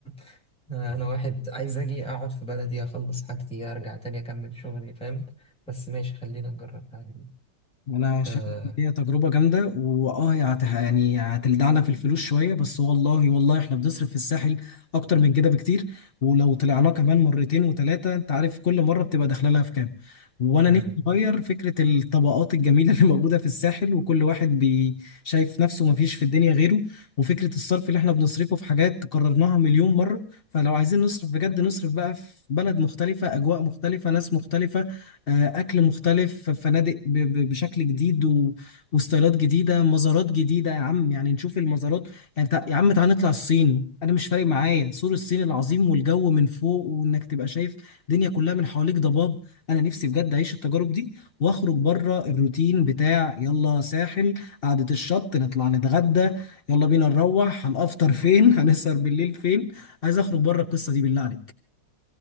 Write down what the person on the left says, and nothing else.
انا شايف
ان هي تجربه جامده واه هي هت- يعني هتلدعنا في الفلوس شويه بس والله والله احنا بنصرف في الساحل اكتر من كده بكتير ولو طلعناه كمان مرتين وثلاثه انت عارف كل مره بتبقى داخله لها في كام وانا
نفسي اغير فكره الطبقات الجميله اللي موجوده في الساحل وكل واحد بي شايف نفسه ما فيش في الدنيا غيره وفكره الصرف اللي احنا بنصرفه في حاجات قررناها مليون مره فلو عايزين نصرف بجد نصرف بقى في بلد مختلفه اجواء مختلفه ناس مختلفه آه، اكل مختلف فنادق ب- ب- بشكل جديد و- وستايلات جديده مزارات جديده يا عم يعني نشوف المزارات يعني تع- يا عم تعالى نطلع الصين انا مش فارق معايا سور الصين العظيم والجو من فوق وانك تبقى شايف الدنيا كلها من حواليك ضباب انا نفسي بجد اعيش التجارب دي واخرج بره الروتين بتاع يلا ساحل قعده الشط نطلع نتغدى يلا بينا نروح هنفطر فين <laughs> هنسهر بالليل فين عايز اخرج بره القصه دي بالله عليك